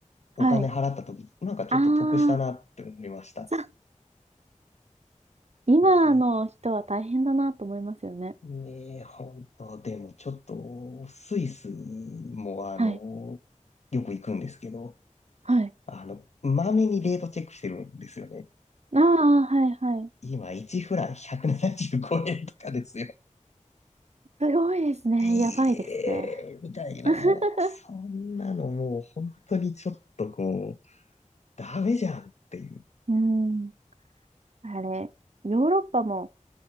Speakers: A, on the right (about 55°); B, on the left (about 60°).
A: はい。
B: お金払った時、なんかちょっと得したなって思いました。
A: ああ、さ今の人は大変だなと思いますよね。
B: ねえ、ねえ、本当でもちょっと、スイスもあの、
A: はい。
B: よく行くんですけど、
A: はい。
B: あの、まめにレートチェックしてるんですよね。
A: ああ、はい、はい。
B: 今、1フラン175円とかですよ。
A: すごいですね。
B: いえ、
A: やばいですね。
B: みたいな、
A: <laughs>
B: もう、そんなのもう、本当にちょっとこう、ダメじゃんっていう。
A: うん。あれ、ヨーロッパも